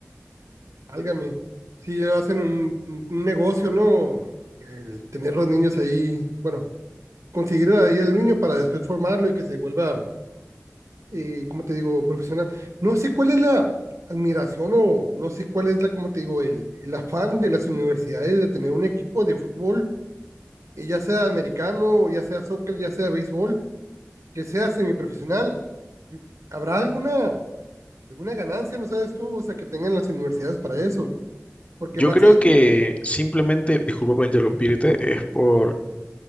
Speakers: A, on the right; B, on the left.
A: Álgame, si hacen un, un- un negocio, ¿no? El tener los niños ahí, bueno, conseguir ahí el niño para después formarlo y que se vuelva eh, ¿cómo te digo?, profesional. No sé cuál es la admiración o no sé cuál es la, ¿cómo te digo?, el, el afán de las universidades de tener un equipo de fútbol, eh, ya sea americano, ya sea soccer, ya sea béisbol, que sea semiprofesional. ¿Habrá alguna, alguna ganancia, no sabes tú, o sea, que tengan las universidades para eso? Porque
B: Yo
A: más,
B: creo
A: allá-
B: que simplemente, disculpa por interrumpirte, es por,